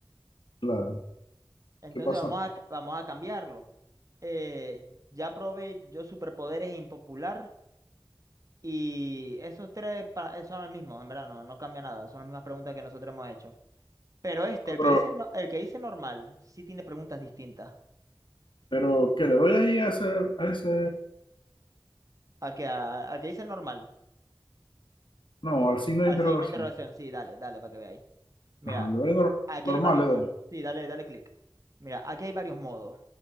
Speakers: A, on the left (about 75°); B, on the right (about 40°).
A: claro.
B: Entonces
A: ¿Qué pasa?
B: vamos a, vamos a cambiarlo. Eh, ya probé yo superpoderes impopular y esos tres para, son los mismos, en verdad, no, no cambia nada, son las mismas preguntas que nosotros hemos hecho. Pero este,
A: Ah,
B: el
A: Pero,
B: que dice, no- el que dice normal, sí tiene preguntas distintas.
A: pero, ¿qué le doy ahí a ese, a ese?
B: Al que, a- al que dice normal,
A: No, al signo
B: a
A: de interrogación.
B: ver si hay una interrogación, sí, dale, dale, para que veáis. Mira,
A: Ajá, le doy nor-
B: aquí
A: normal,
B: hay varios
A: le doy.
B: modos, sí, dale, dale clic. Mira, aquí hay varios modos.